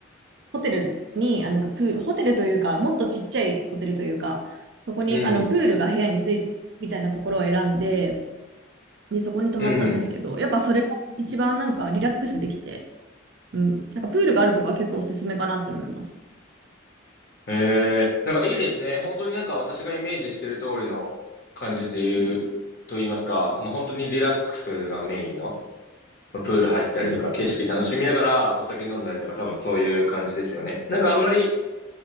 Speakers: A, on the right; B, on the left.
A: ホテルに、あなんかプール、ホテルというか、もっとちっちゃいホテルというか、そこに、
B: うん。
A: あの、プールが部屋についてるみたいなところを選んで、で、そこに泊まったんですけど、
B: うん。
A: やっぱそれが一番なんかリラックスできて、うん、なんかプールがあるとかは結構おすすめかなって思います。
B: ええなんかいいですね。本当になんか私がイメージしてる通りの感じという、
A: うん、
B: と言いますか、もう本当にリラックスがメインの、まあプール入ったりとか、
A: うん、
B: 景色楽しみながらお酒飲んだりとか、
A: うん。
B: 多分そういう感じですよね。なんかあんまり、